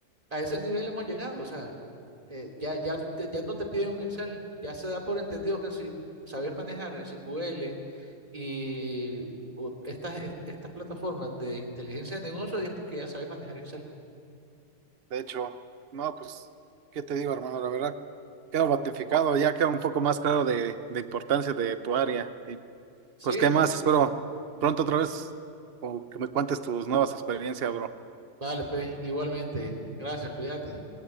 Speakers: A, on the right (about 30°); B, on the right (about 55°).
A: a ese nivel hemos llegado. O sea, eh, ya, ya, te- ya no te piden un Excel. Ya se da por entendido que si sabes manejar SQL y u- estas, est- estas plataformas de inteligencia de negocios, es porque ya sabes manejar Excel.
B: De hecho, no, pues, ¿qué te digo, hermano? La verdad, quedo batificado, ya queda un poco más claro de, de importancia de tu área. Y
A: Sí,
B: pues, ¿qué más? Espero pronto otra vez o que me cuentes tus nuevas experiencias, bro.
A: Vale, pues, igualmente. Gracias, cuídate.